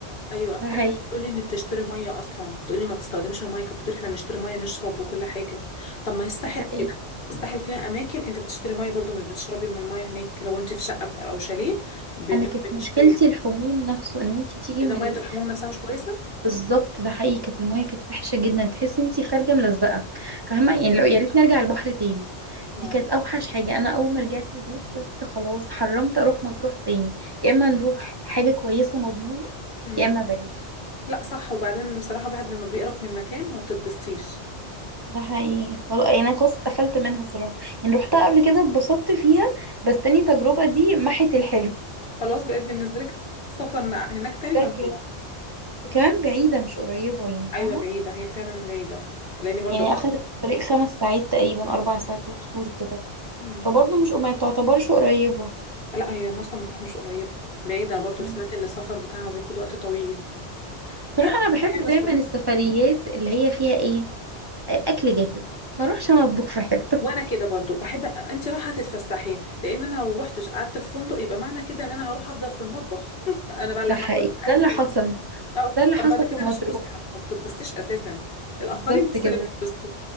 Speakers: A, on the left; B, on the right.
A: ايوه كانت
B: ده حقيقي
A: بتقولي ان بتشتري ميه اصلا بتقولي ما بتستخدمش الميه كانت بتقولي احنا بنشتري ميه نشرب وكل حاجه طب ما هي الساحل
B: ده حقيقي.
A: كده الساحل فيها اماكن انت بتشتري ميه برضو مش بتشربي من الميه هناك لو انت في شقه بت- او شاليه بن-
B: انا كانت
A: بنشتري
B: مشكلتي الحموم نفسه ان انت تيجي
A: ايه
B: من
A: ده ميه
B: ال...
A: الحموم نفسها مش كويسه
B: بالظبط ده حقيقي كانت المايه كانت وحشه جدا تحسي انت خارجه ملزقه فاهمه يعني لو يا ريت نرجع البحر تاني
A: اه
B: دي كانت اوحش حاجه انا اول ما رجعت البيت قلت خلاص حرمت اروح مطروح تاني يا اما نروح حاجه كويسه مضمونه
A: امم
B: يا اما بلاش
A: لا صح وبعدين بصراحة الواحد لما بيقرف من المكان ما بتتبسطيش
B: ده حقيقي خلاص يعني انا خلاص اتقفلت منها صراحه يعني روحتها قبل كده اتبسطت فيها بس تاني تجربه دي محت الحلو
A: خلاص بقيت بالنسبة لك السفر نع- هناك تاني ممنوع
B: شكلت وكمان بعيده مش قريبه يعني
A: أيوة
B: فاهمه
A: بعيدة هي فعلا بعيدة لأني برضو
B: يعني أخدت الطريق خمس ساعات تقريبا أربع ساعات وكسور كده
A: مم.
B: فبرضه مش ما تعتبرش قريبة
A: لا هي مرسى مطروح مش قريبة بعيدة أنا برضو
B: مم.
A: سمعت إن السفر بتاعها بياخد وقت طويل
B: بصراحة
A: هي أقرب
B: أنا بحب
A: حاجة السخنة
B: دايما السفريات اللي هي فيها إيه أكل جاهز ما أروحش أنا أطبخ في حتة
A: وأنا كده برضو بحب أ- أنت رايحة تتفسحي لأن أنا لو روحتش قعدت في فندق يبقى معنى كده إن أنا هروح أفضل في المطبخ <laughs> أنا بقى اللي
B: ده
A: هحضر
B: حقيقي
A: الأكل
B: ده اللي حصل
A: أه
B: ده اللي حصل
A: طب ما ده كده
B: في
A: مش
B: مطروح
A: فسحة ما بتتبسطيش أساسا
B: بالظبط
A: الآخرين بس
B: كده
A: اللي بيتبسطوا